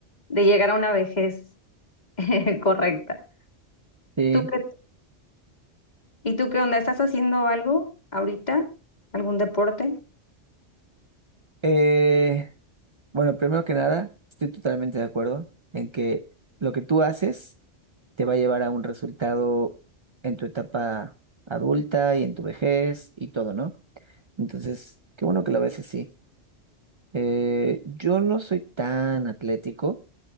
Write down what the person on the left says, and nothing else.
de llegar a una vejez <laughs> correcta.
¿Tú qué, y tú qué onda? ¿Estás haciendo algo ahorita? ¿Algún deporte?